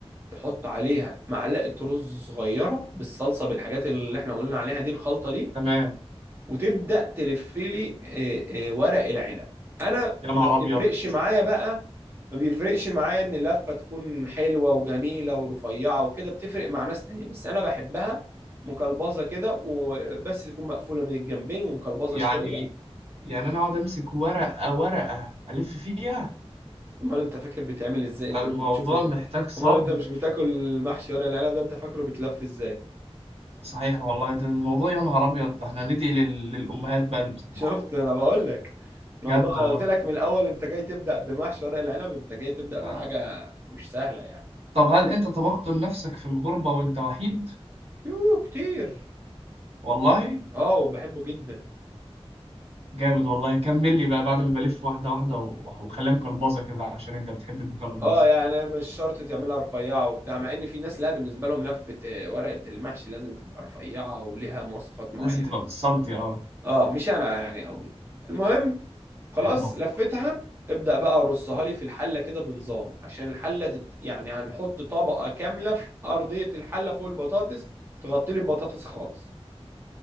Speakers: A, on the right (about 20°); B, on the right (about 75°).
A: تحط عليها معلقة رز صغيرة بالصلصة بالحاجات اللي احنا قلنا عليها دي الخلطة دي
B: تمام
A: وتبدأ تلف لي آه، آه، ورق العنب انا
B: يا نهار
A: ما بتفرقش
B: ابيض
A: معايا بقى ما بيفرقش معايا ان اللفة تكون حلوة وجميلة ورفيعة وكده بتفرق مع ناس تانية بس انا بحبها مقلبظة كده وبس تكون مقفولة من الجنبين ومقلبظة
B: يعني
A: شوية
B: يعني انا اقعد امسك ورقه ورقه الف فيها
A: امال انت فاكر بيتعمل ازاي انت
B: ده الموضوع
A: مش بتشوف ال...
B: محتاج صبر
A: امال انت مش بتاكل المحشي ورق العنب ده انت فاكره بيتلف ازاي
B: صحيح والله ده الموضوع يا نهار ابيض ده احنا ندعي لل... للامهات بقى اللي بتطبخ
A: <laughs> شفت انا بقول لك الموضوع
B: جد والله
A: انا قلت لك من الاول انت جاي تبدا بمحشي ورق العنب انت جاي تبدا بحاجه
B: آه.
A: مش سهله يعني
B: طب هل انت طبخت لنفسك في الغربه وانت وحيد
A: يوه كتير
B: والله
A: اه وبحبه جدا
B: جامد والله كمل لي بقى بعد ما بلف واحده واحده و- وخليها مقلبظه كده عشان انت بتحب المقلبظ
A: اه يعني مش شرط تعملها رفيعه وبتاع مع ان في ناس لا بالنسبه لهم لفه آه، ورقه المحشي لازم تبقى رفيعه وليها مواصفات معينه
B: لازم تبقى بالسنتي اه
A: اه مش انا يعني قوي المهم خلاص
B: المهم
A: لفتها ابدأ بقى رصها لي في الحلة كده بنظام عشان الحلة تت... يعني هنحط طبقة كاملة في أرضية الحلة فوق البطاطس تغطي لي البطاطس خالص